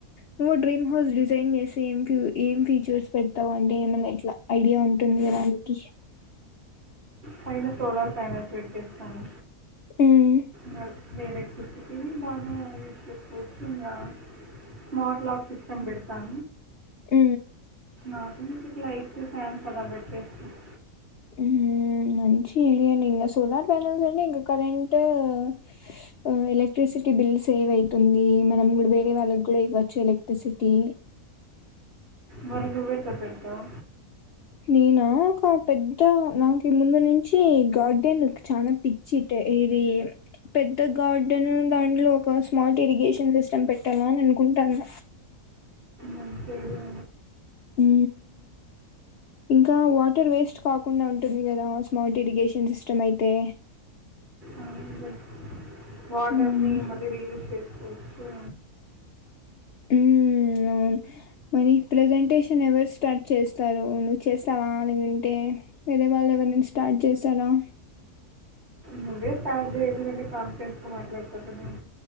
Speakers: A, on the left; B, on the right.
A: నువ్వు డ్రీమ్ హౌస్ డిజైన్ చేసి ఏం ఫ ఏం ఫీచర్స్ పెడతావు అంటే ఏమన్నా ఎట్లా ఐడియా ఉంటుంది. కదానికి
B: పైన సోలార్ ప్యానెల్స్ పెట్టి ఇస్తాను.
A: ఉమ్
B: నా మేరకుృషకిని బాగా విష కోచుంద స్మార్ట్ లాక్ సిస్టమ్ పెడు బ
A: ఊ
B: ఆటోమేటిక్ లైట్స్ ఫ్యాన్స్ అలా పెట్టేస్తంది
A: ఊ మంచి ఐడియా అండి ఇంకా సోలార్ ప్యానెల్స్ అంట ఇంకా కరెంట్ స్ ఎలెక్ట్రసిటీ బిల్స్ సేవ్ అవుతుంది మనం ఇ వేరే వాళ్ళ ఇవచ్చు ఎలక్ట్రిసిటీ తి
B: మరి నువ్వే ఎట్లా పెడతావు
A: నేనా ఒక పెద్ద నాకు ముందు నుంచి గార్డెన్ చాలా పిచ్చి ఇది పెద్ద గార్డెన్ దాంట్లో ఒక స్మార్ట్ ఇరిగేషన్ సిస్టమ్ పెట్టాలా అని అనుకుంటన్న.
B: అకడు <unintelligible>
A: ఊ ఇంకా వాటర్ వేస్ట్ కాకుండా ఉంటుంది కదా స్మార్ట్ ఇరిగేషన్ సిస్టమ్ అయితే
B: అవును వాటర్ని
A: మ్మ్
B: మ రి ఉస్ చే చ్చా
A: ఊ అవును మరి ప్రెజెంటేషన్ ఎవరు స్టార్ట్ చేస్తారు. నువ్వు చేస్తావా లేకుంటే వేరే వాళ్ళు ఎవరైనా స్టార్ట్ చేసారా
B: నువ్వే స్టార్ట్ చేయి ఎందుకంటే కాన్ఫడెన్స్కో మాట్లాడుతాంటన్నావు.